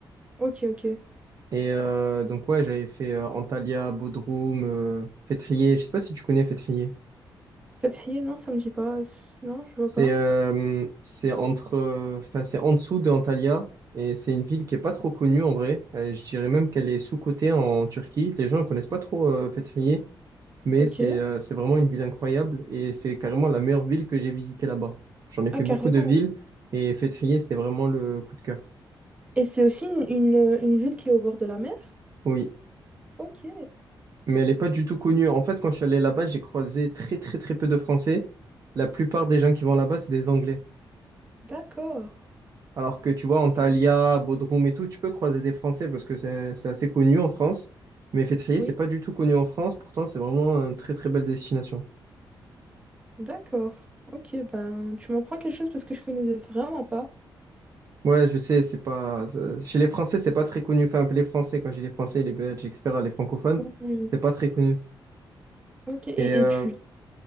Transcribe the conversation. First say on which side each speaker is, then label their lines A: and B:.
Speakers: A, on the right; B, on the right.
A: Ok, ok.
B: Et euh, donc, ouais, j'avais fait euh, Antalya, Bodrum, euh, Fethiye. Je sais pas si tu connais Fethiye.
A: Fethiye, non, ça me dit pas. C'est- Non, je vois
B: C'est
A: pas.
B: euh, c'est entre, euh, enfin, c'est en dessous de Antalya. Et c'est une ville qui est pas trop connue en vrai. Euh, je dirais même qu'elle est sous-cotée en Turquie. Les gens ne connaissent pas trop euh, Fethiye. mais
A: Ok.
B: c'est euh, c'est vraiment une ville incroyable et c'est carrément la meilleure ville que j'ai visitée là-bas. J'en ai fait
A: Ah, carrément.
B: beaucoup de villes et Fethiye, c'était vraiment le coup de cœur.
A: Et c'est aussi une, une, euh, une ville qui est au bord de la mer?
B: Oui,
A: Ok,
B: mais elle n'est pas du tout connue. En fait, quand je suis allé là-bas, j'ai croisé très très très peu de Français. La plupart des gens qui vont là-bas, c'est des Anglais.
A: d'accord.
B: Alors que tu vois, Antalya,
A: Tu-
B: Bodrum et tout, tu peux croiser des Français parce que c'est c'est assez connu en France. Mais Fethiye,
A: Oui,
B: c'est pas du tout connu en France. Pourtant, c'est vraiment une très très belle destination.
A: d'accord. Ok, ben, tu m'en prends quelque chose parce que je connaissais vraiment pas.
B: Ouais, je sais, c'est pas. ça- Chez les Français, c'est pas très connu. Enfin, les Français, quand j'ai les Français, les Belges, etc., les francophones,
A: Oui, oui. oui.
B: c'est pas très connu.
A: Ok, et,
B: Et euh,
A: et tu,